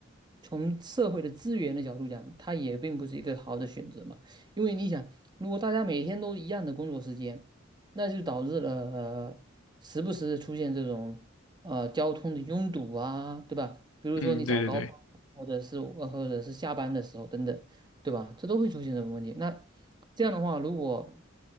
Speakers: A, on the right; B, on the left.
A: 从社会的资源的角度讲，它也并不是一个好的选择嘛。因为你想，如果大家每天都一样的工作时间，那就导致了，呃，时不时的出现这种呃交通的拥堵啊，对吧？比如说你早高峰，
B: 嗯，对对对。
A: 或者是呃或者是下班的时候等等。对吧？这都会出现这种问题。那这样的话，如果